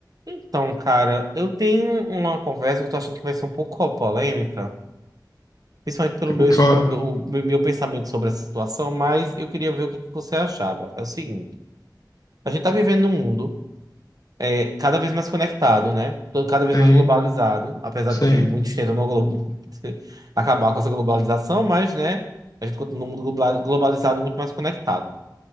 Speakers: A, on the right (about 55°); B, on the left (about 55°).
A: Então, cara, eu tenho uma conversa que eu tô achando que vai ser um pouco polêmica, principalmente pelo meu,
B: O que
A: est-
B: eu...
A: meu, meu meu pensamento sobre essa situação, mas eu queria ver o que que você achava. É o seguinte, a gente tá vivendo num mundo é, cada vez mais conectado, né? Todo- Cada vez
B: Sim,
A: mais globalizado, apesar
B: sim.
A: de que muitos tentam não glo- <laughs> acabar com essa globalização, mas, né, a gente continua num mundo globa- globalizado muito mais conectado.